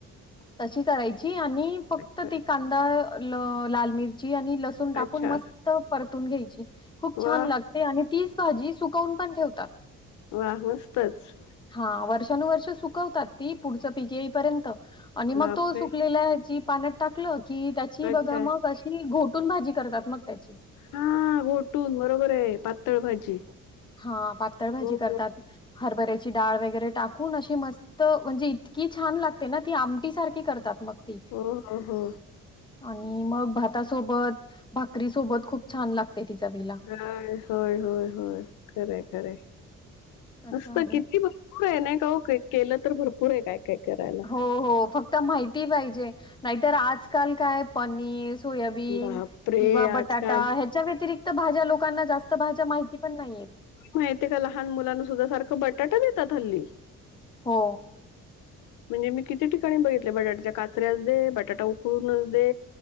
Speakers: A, on the left; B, on the left.
A: तशी करायची आणि फक्त
B: अच्छा
A: ती कांदा ल. लाल मिरची आणि ल लंसुन टाकून
B: अच्छा
A: मस्त परतून घ्यायची खूप
B: वा
A: छान लाग आणि तीच भाजी सुकवून पण ठेवतात.
B: वा मस्तच.
A: हा वर्षानुवर्ष सुकवतात ती पुढचं पीक येईपर्यंत. आणि
B: बापरे
A: मग तो सुकलेला ह्याची पाण्यात टाकलं की त्याची
B: अच्छा
A: बघा मग. ती घोटून भाजी करतात मग त्याची.
B: हा घोटून बरोबर आहे पातळ भाजी
A: हा पातळ भाजी
B: हो
A: करतात
B: हो
A: हरभऱ्याची डाळ वगैरे टाकून अशी मस्त त म्हणजे इतकी छान लागते ना ती आमटीसारखी करतात मग ती
B: हो हो
A: आणि मग भातासोबत भाकरी सोबत खूप छान लागते ति चवीला.
B: होय होय होय होय खरं खरं
A: असं
B: नुसतं
A: आहे.
B: किती बघ पुर आहे नाही काव का केलं तर भरपूर आहे काय काय करायला
A: हो हो फक्त माहिती पाहिजे नाहीतर आजकाल काय पनीर सोयाबीन
B: बापरे
A: किंवा
B: आजकाल
A: बटाटा हया त्याच्या व्यतिरिक्त भाज्या लोकांना जास्त भाज्या माहिती पण नाही येत.
B: माहितेका लहान मुलांना सुद्धा सारखं बटाटा देतात हल्ली
A: हो
B: म्हणजे मी किती ठिकाणी बघितले बटाट्याच्या काचऱ्याच दे बटाटा उकडूनच दे.